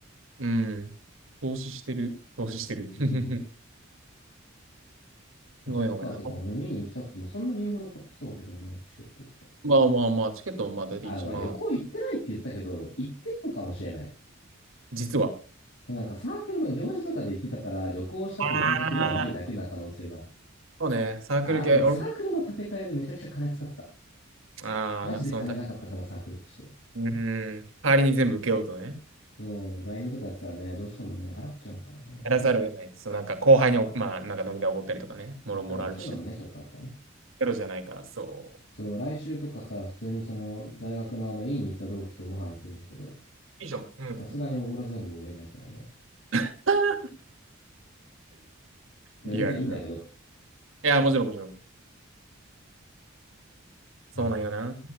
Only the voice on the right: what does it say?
うん。投資してる。投資してる。
<laughs> ごめんごめん。
まあまあまあ、チケットもまあ大体1万。
実は。
ああ。そうね、サークル系、
俺、ああ、
なそのた、うん。代わりに全部受けようとね。
やらざるを得ないです。そうなんか後輩にお、まあ、なんか飲み代おごったりとかね、もろもろあるし、
ゼロじゃないから、そ
う。いいじゃん。うん。
<laughs>
リアルだ。
いや、もちろんもちろん。そうなんよな。